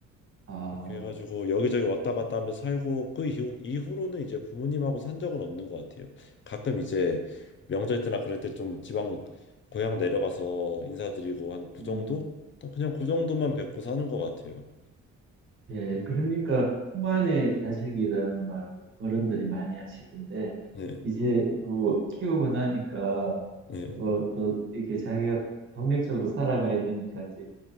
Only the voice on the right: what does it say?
아,
음,
예. 그러니까 품 안의 자식이라는 말 어른들이 많이 하시던데
이제 뭐 키우고 나니까
어, 또 이렇게 자기가 독립적으로 살아가야 되니까 이제